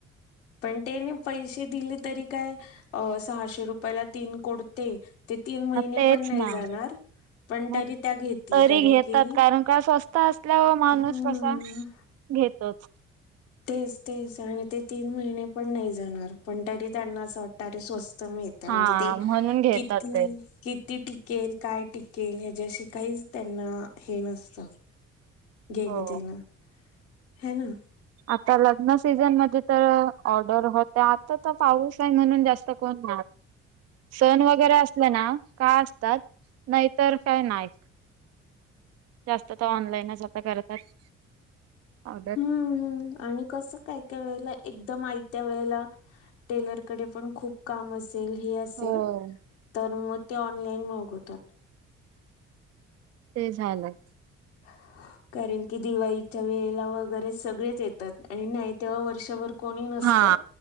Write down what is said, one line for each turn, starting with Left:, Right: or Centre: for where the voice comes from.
Left: पण त्याने पैसे दिले तरी काय अं सहाशे रुपयाला तीन कोड ते ते तीन महिने
Right: तेच
Left: पण नाही
Right: ना
Left: जाणार पण
Right: मग
Left: तरी त्या घेतील
Right: तरी
Left: कारण
Right: घेतात
Left: की
Right: कारण का स्वस्त असल्यावर माणूस
Left: हा
Right: कसा घेतोच
Left: तेच तेच आणि ते तीन महिने पण नाही जाणार पण तरी त्यांना असं वाटतं अरे स्वस्त कमी त्या
Right: हा
Left: म्हणजे ते
Right: म्हणून घेतात
Left: किती
Right: ते
Left: की ती टिकेल काय टिकेल ह्याच्याशी काहीच त्यांना हे नसत घेणं
Right: हो
Left: देणं ह ना
Right: आता लग्न सीझन मध्ये तर ऑर्डर होत आता तर पाऊस आहे म्हणून जास्त कोण सण वगैरे असले ना, का असतात नाहीतर काय नाय जास्त तर ऑनलाईनच आता करतात ऑर्डर
Left: हम्मम् आणि कस काय काय वेळेला एकदम आयत्या वेळेला टेलर कडे पण खूप काम असेल हे असेल
Right: हो
Left: तर मग ते ऑनलाईन मागवतात
Right: ते झालंच
Left: ह कारण की दिवाळीच्या वेळेला वगैरे सगळेच येतात आणि नाही तेव्हा वर्षभर कुणी नसतं.
Right: हा